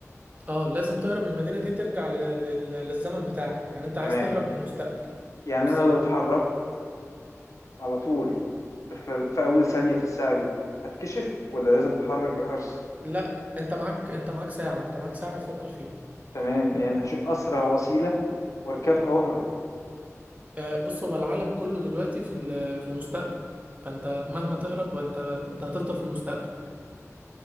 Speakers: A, on the right (about 25°); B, on the left (about 75°).
A: اه لازم تهرب من المدينة دي ترجع ل- لل- للزمن بتاعك يعني انت عايز
B: تمام
A: تهرب من المستقبل
B: يعني
A: بالظبط
B: انا لو اتحركت على طول في خلال في اول ثانية في الساعة دي هتكشف ولا لازم اتحرك بحرص
A: لا انت معاك انت معاك ساعة انت معاك ساعة تفكر فيها
B: تمام يعني هشوف اسرع وسيلة واركبها واهرب
A: آه، بص هو العالم كله دلوقتي في ال- في المستقبل فانت مهما تهرب انت انت هتفضل في المستقبل